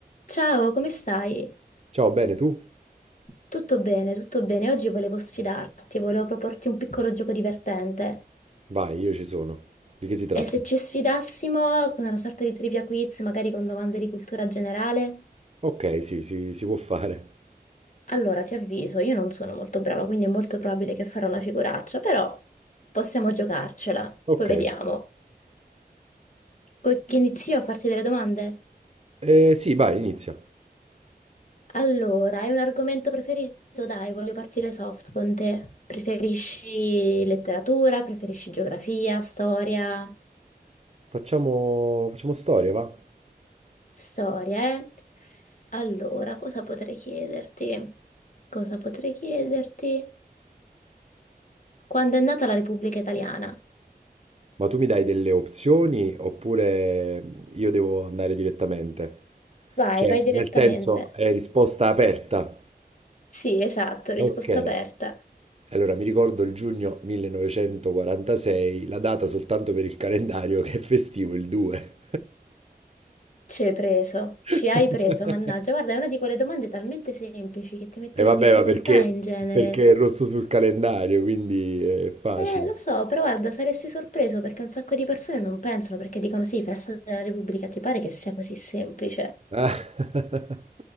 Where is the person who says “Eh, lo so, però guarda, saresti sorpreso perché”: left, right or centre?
Left